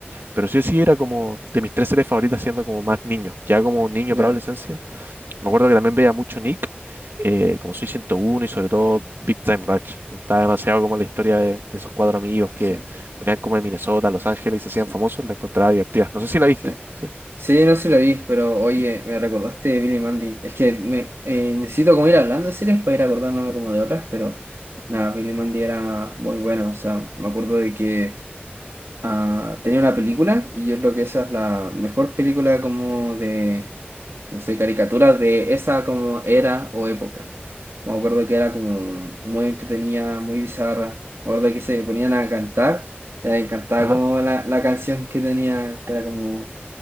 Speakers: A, on the right (about 65°); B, on the right (about 90°).
A: pero sí sí era como de mis tres series favoritas siendo como más niño, ya como niño
B: Ya,
A: para adolescencia. Me acuerdo que también veía mucho Nick, eh, como Soy ciento Uno y sobre todo Big Time Rush. Me gustaba demasiado como la historia de, de esos cuatro amigos que
B: sí,
A: venían como de Minnesota, a Los Ángeles y se
B: sí.
A: hacían famosos, la encontraba divertida. No sé si la viste.
B: Sí.
A: Sí.
B: Sí, no se lo vi, pero oye, me recordaste de Billy Mandy. Es que me, eh, necesito como ir hablando de series para ir acordándome como de otras, pero nada, Billy Mandy era muy bueno. O sea, me acuerdo de que ah, tenía una película y yo creo que esa es la mejor película como de, no sé, caricaturas de esa como era o época. Me acuerdo que era como muy entretenida, muy bizarra. Me acuerdo que se ponían a cantar, eh, me encantaba
A: Ajá.
B: como la, la canción que tenía, que era como...